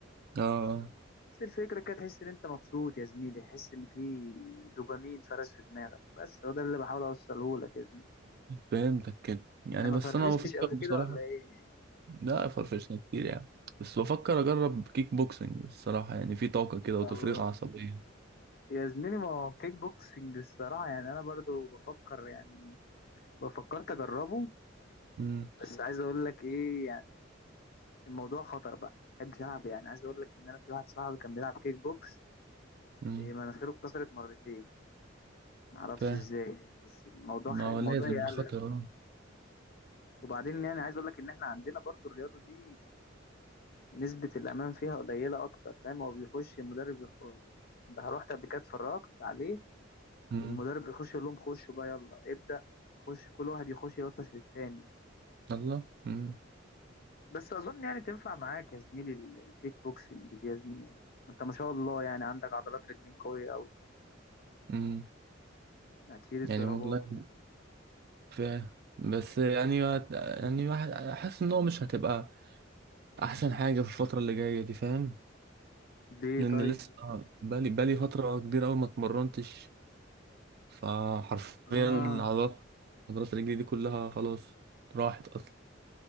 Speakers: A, on the right (about 55°); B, on the left (about 50°).
A: اه آه.
B: نفس الفكره كده تحس ان انت مبسوط يا زميلي تحس ان في دوبامين فرز في دماغك بس هو ده اللي بحاول اوصله لك يا زميلي
A: فهمتك كده يعني
B: انت ما
A: بس
B: فرفشتش
A: انا بفكر
B: قبل
A: بصراحه
B: كده ولا ايه
A: لا فرفشنا كتير يعني بس بفكر اجرب كيك بوكسنج الصراحه يعني في طاقه كده وتفريغ
B: الله
A: عصبيه
B: يا زميلي ما هو كيك بوكسنج الصراحة يعني أنا برضو بفكر يعني بفكرت أجربه
A: امم
B: بس عايز أقول لك إيه يعني الموضوع خطر بقى محبش ألعب يعني عايز أقول لك إن أنا في واحد صاحبي كان بيلعب كيك بوكس
A: امم
B: إيه مناخيره اتكسرت مرتين معرفش
A: فاهم
B: إزاي بس الموضوع
A: ما
B: خ...
A: هو
B: الموضوع
A: لازم
B: يقلق
A: دي خطر
B: وبعدين يعني عايز أقول لك إن إحنا عندنا برضو الرياضة دي نسبة الأمان فيها قليلة أكتر فاهم هو بيخش المدرب يخش أنت رحت قبل كده اتفرجت عليه
A: اه
B: المدرب بيخش يقول لهم خشوا بقى يلا ابدأ خش كل واحد يخش يلطش في التاني
A: الله امم
B: بس اظن يعني تنفع معاك يا زميلي ال- الكيك بوكسنج دي يا زميلي يعني ما انت ما شاء الله يعني عندك عضلات رجلين قوية قوي
A: امم
B: هتشيل الضربات
A: يعني والله
B: يعني
A: فاهم بس يعني هت- يعني واحد- حاسس ان هو مش هتبقى احسن حاجه في الفتره اللي جايه دي فاهم
B: ليه
A: لان
B: طيب
A: لسه بقالي بقالي فتره كبيره قوي ما اتمرنتش فحرفيا
B: اه
A: العضلات عضلات رجلي دي كلها خلاص راحت اصلا